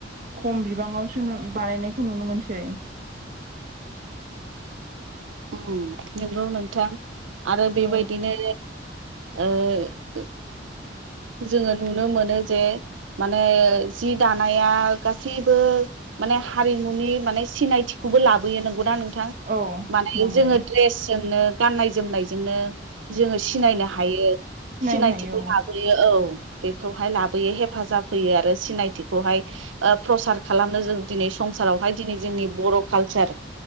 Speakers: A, on the right; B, on the right.
A: खम बिबाङावसो बानायनायखौ नुनो मोनसै
B: <inaudible> नंगौ नोंथां आरो बेबायदिनो
A: औ
B: ओ जोङो नुनो मोनो जे माने जि दानाया गासैबो माने हारिमुनि माने सिनायथि। खौबो लाबोयो नंगौनाा नोंथां
A: औ
B: माने
A: नंगौ
B: जोङो द्रेसजोंनो गाननाय जोमनायजोंनो। जोङो सिनायनो हायो
A: सिनायनो
B: सिनायथिखौ
A: हायो
B: ला
A: औ
B: औ बेखौहाय लाबोयो हेफाजाब होयो आरो सिनायथिखौहाय ओ प्रसार खालामनो जों दिनै संसारावहाय दिनै जोंनि बर' कालसार